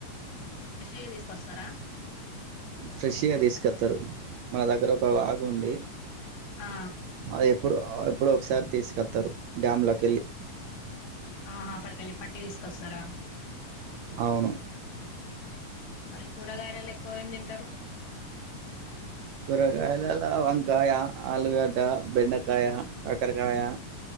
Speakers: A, on the left (about 85°); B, on the right (about 80°).
A: ఇటుకై <unintelligible> తీసుకొస్తారా
B: ఫ్రెష్గా తీసుకత్తారు మన దగ్గర ఒక వాగు ఉంది
A: ఆ
B: అది ఎప్పుడు ఎప్పుడో ఒకసారి తీసుకొత్తారు డ్యామ్లోకి వెళ్ళి
A: ఆహా అక్కడికి వెళ్ళి పట్టి తీసుకొస్తారా
B: అవును
A: మరి కూరగాయలలో ఎక్కువ ఏమి తింటారు
B: కూరగాయలలో వంకాయ ఆలుగడ్డ బెండకాయ కాకరకాయ